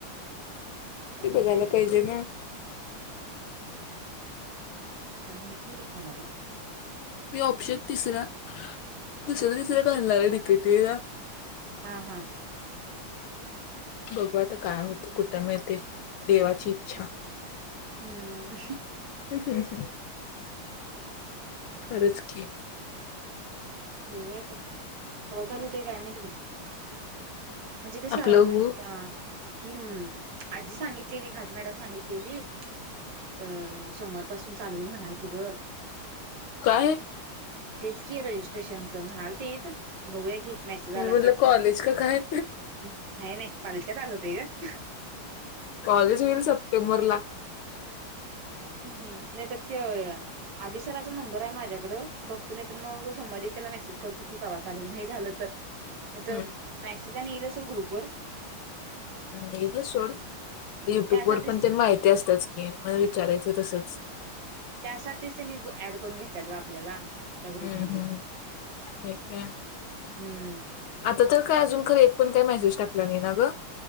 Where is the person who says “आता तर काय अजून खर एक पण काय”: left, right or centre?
Left